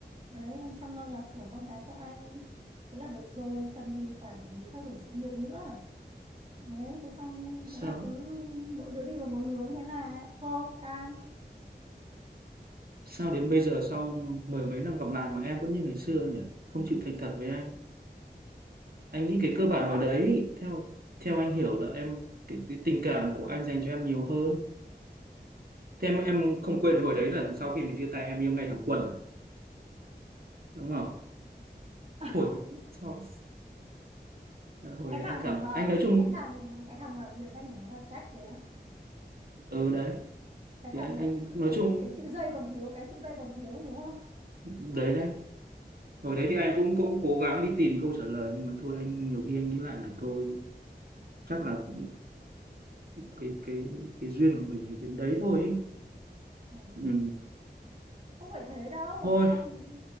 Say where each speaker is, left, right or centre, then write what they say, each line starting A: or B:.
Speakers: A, on the right (about 40°); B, on the right (about 60°).
A: đấy em chăm lo nhà cửa con cái cho anh thế là được rồi cần gì phải theo đuổi sự nghiệp nữa đấy thế xong
B: sao
A: thế là cứ mỗi đứa đi vào một hướng thế là thôi tan
B: sao đến bây giờ sau mười mấy năm gặp lại mà em vẫn như ngày xưa nhỉ không chịu thành thật với anh anh nghĩ cái
A: gì
B: cơ
A: nữa
B: bản hồi đấy theo theo anh hiểu là em cái, cái tình cảm của anh dành cho em nhiều hơn thế em em không quên hồi đấy là sau khi mình chia tay em yêu ngay thẳng quần à? đúng không
A: <laughs>
B: thổi sao hồi
A: cái
B: đấy
A: thằng
B: anh cảm
A: mà
B: anh nói chung
A: cái thằng cái thằng mà biệt danh của nó là Jack đấy á.
B: ừ đấy
A: cái thằng
B: thì anh
A: mà
B: anh
A: chữ
B: nói
A: cái
B: chung
A: cái chữ dây còn thiếu cái chữ dây còn thiếu đúng không
B: đấy đấy hồi đấy thì anh cũng cũng cố gắng đi tìm câu trả lời nhưng mà thôi anh nhiều khi anh nghĩ lại là thôi chắc là cái cái cái duyên của mình đến đấy thôi ý.
A: Ừ. ừ.
B: ừ.
A: không phải thế đâu
B: thôi
A: anh